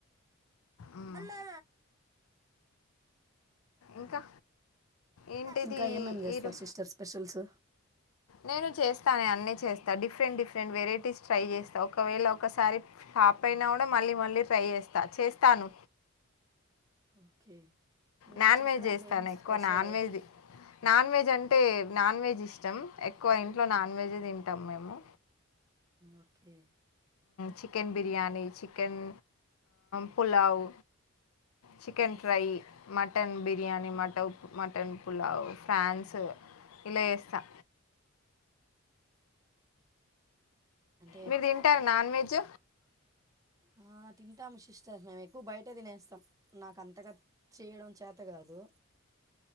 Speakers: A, on the left (about 85°); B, on the right (about 15°).
A: మ్మ్
B: అలా
A: ఇంకా ఏంటిది
B: ఇంకా ఏం ఏం చేస్తారు
A: ఈరు
B: సిస్టర్ స్పెషల్స్
A: నేను చేస్ త అన్ని చేస్తా డిఫరెంట్ డిఫరెంట్ వెరైటీస్ ట్రై చేస్తా ఒకవేళ ఒకసారి పాప్ అయినా కూడా మ మళ్ళీ మళ్ళీ ట్రై చేస్తా చేస్తాను
B: ఓకే మీరు
A: నాన్
B: చేసే
A: వెజ్
B: దాంట్లో
A: చేస్తాను
B: ఏం
A: ఎక్కువ
B: special
A: non veg non veg అంటే నాన్ వెెజ్ ఇష్టం ఎక్కువ ఇంట్లో నాన్ వెెజ్ తింటాం మేము
B: okay
A: chicken biryani chicken pulao chicken
B: okay
A: fry
B: okay
A: mutton biryani మట మ టన్ పలావ్ ఫ్రాన్స్ ఇలా చేస్తా
B: అంటే
A: మీరు తింటారా నాన్ వెజ్
B: అ తింటాము సిస్టర్ మేము ఎక్కువ బయటే తినేస్తాం నాకు అంతగా చేయడం చేత కాదు